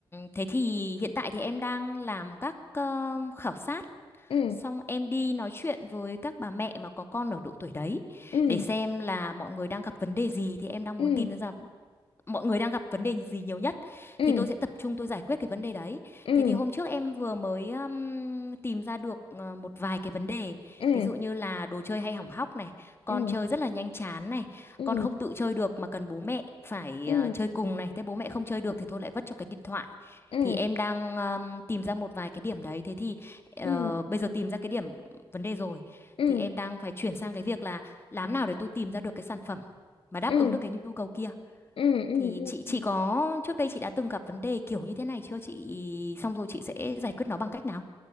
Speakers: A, on the left (about 25°); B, on the left (about 75°).
A: thế thì hiện tại thì em đang làm các ờ, khảo sát,
B: ừ
A: xong em đi nói chuyện với các bà mẹ mà có con ở độ tuổi đấy
B: ừ
A: để xem là mọi người đang gặp vấn đề gì thì em đang
B: ừ
A: muốn tìm ra mọi người đang gặp vấn đề gì nhiều nhất
B: ừ
A: thì tôi sẽ tập trung tôi giải quyết cái vấn đề đấy.
B: ừ
A: Thế
B: ừ
A: thì
B: ừ.
A: hôm trước em vừa mới um, tìm ra được ờ, một vài cái vấn đề,
B: ừ, ừ,
A: ví dụ như là đồ chơi hay hỏng hóc này, con
B: ừ.
A: chơi rất là nhanh chán này,
B: ừ
A: con không tự chơi được mà cần bố mẹ phải
B: ừ
A: ờ, chơi cùng này, thế bố mẹ không chơi được thì thôi lại vất cho cái điện thoại.
B: ừ
A: Thì em đang um, tìm ra một vài cái điểm đấy, thế thì ờ,
B: ừ
A: bây giờ tìm ra cái điểm vấn đề rồi
B: ừ
A: thì
B: ừ
A: em đang phải chuyển sang cái việc là làm nào để tôi tìm ra được cái sản phẩm mà đáp
B: ừ
A: ứng được cái nhu cầu kia
B: ừ ừ
A: thì
B: ừ.
A: chị
B: ừ.
A: chị có trước đây chị đã từng gặp vấn đề kiểu như thế này chưa chị? Xong rồi chị sẽ giải quyết nó bằng cách nào?